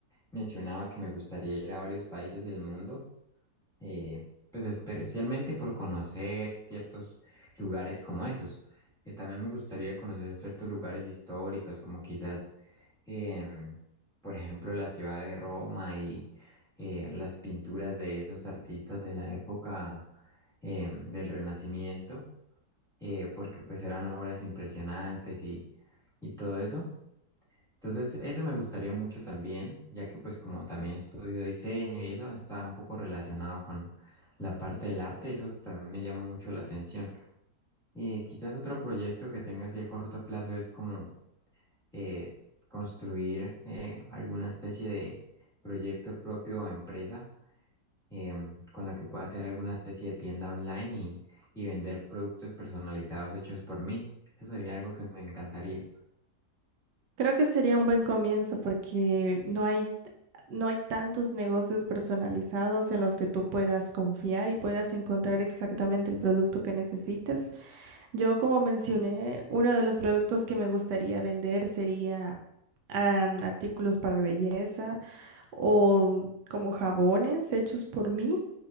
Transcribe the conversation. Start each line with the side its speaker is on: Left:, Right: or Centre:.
Centre: mencionaba que me gustaría ir a varios países del mundo eh, pues especialmente por conocer ciertos lugares como esos. Eh, también me gustaría conocer ciertos lugares históricos, como quizás, em, por ejemplo, la ciudad de Roma y eh, las pinturas de esos artistas de la época em, del Renacimiento, eh, porque pues eran obras impresionantes y, y todo eso. Entonces, eso me gustaría mucho también, ya que pues como también estudio diseño y eso está un poco relacionado con la parte del arte, eso también me llama mucho la atención. Y quizás otro proyecto que tenga así a corto plazo es como eh, construir eh, alguna especie de proyecto propio o empresa em, con la que pueda hacer alguna especie de tienda online y, y vender productos personalizados hechos por mí. Eso sería algo que me encantaría.
Right: Creo que sería un buen comienzo porque no hay, no hay tantos negocios personalizados en los que tú puedas confiar y puedas encontrar exactamente el producto que necesites. Yo, como mencioné, uno de los productos que me gustaría vender sería am, artículos para belleza o como jabones hechos por mí.